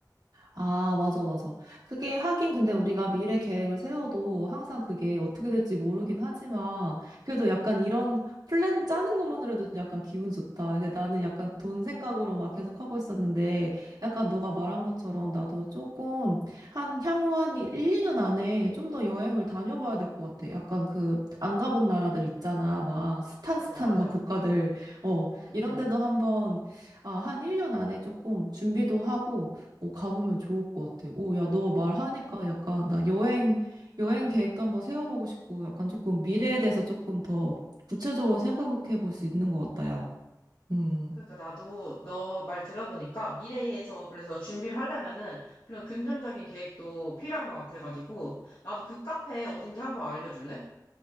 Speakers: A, on the right; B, on the left.
A: 아, 맞아, 맞아. 그게 하긴 근데 우리가 미래 계획을 세워도 항상 그게 어떻게 될지 모르긴 하지만 그래도 약간 이런 플랜 짜는 것만으로도 약간 기분 좋다. 근데 나는 약간 돈 생각으로 막 계속 하고 있었는데 약간 너가 말한 것처럼 나도 조금 한 향후 한 1, 2년 안에 좀 더 여행을 다녀봐야 될 것 같아. 약간 그 안 가본 나라들 있잖아. 막 스탄스탄
B: 맞아, 맞아.
A: 막 국가들. 어,
B: 응,
A: 이런
B: 응.
A: 데도 한번 아, 한 1년 안에 조금 준비도 하고 어, 가보면 좋을 것 같아. 오, 야, 너 말하니까 약간 나 여행, 여행 계획도 한번 세워보고 싶고 약간 조금 미래에 대해서 조금 더 구체적으로 생각해 볼 수 있는 것 같다, 야. 음.
B: 그러니까 나도 너 말 들어보니까 미래에 저 그래서 준비를 하려면은 그런 금전적인 계획도 필요한 것 같아가지고 나도 그 카페 어딘지 한번 알려줄래?